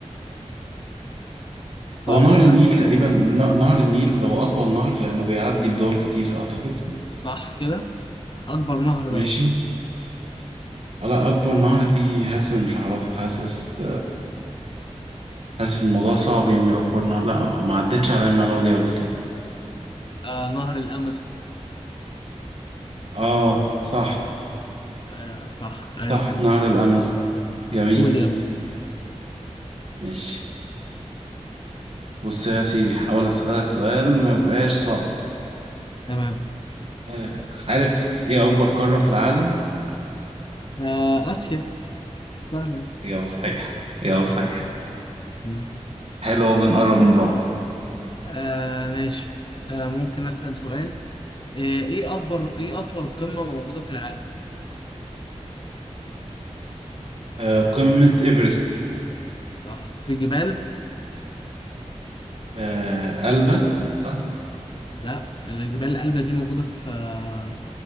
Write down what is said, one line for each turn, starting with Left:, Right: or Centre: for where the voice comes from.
Left: صعب
Right: هو نهر
Left: شويه
Right: النيل تقريبا ن- نهر النيل هو اطول نهر لانه بيعدي بدول كتير اعتقد
Left: صح كده اكبر نهر بقى
Right: ماشي
Left: ايه
Right: لا اكبر نهر دي حاسس إن مش هعرفها حاسس حاسس الموضوع صعب يعني اكبر نهر لا ما عدتش عليا المعلومه دي قبل كده
Left: آه نهر الامازون
Right: اه صح
Left: آه صح
Right: صح
Left: ايوه كده
Right: نهر الامازون جميل
Left: قول يلا
Right: ماشي بص يا سيدي حاول اسالك سؤال ما يبقاش صعب
Left: تمام
Right: آه. عارف ايه اكبر قاره في العالم
Left: آه اسيا سهله أهي.
Right: اجابه صحيحه اجابه صحيحه
Left: مم.
Right: حلو أوي، بنقرب من بعض
Left: آه ماشي آه ممكن اسال سؤال إيه إيه أكبر إيه أطول قمة موجودة في العالم؟
Right: آه. قمه ايفرست
Left: صح في جبال؟
Right: آه. قلبه صح
Left: لا الجبال الألبة دي موجودة في آه،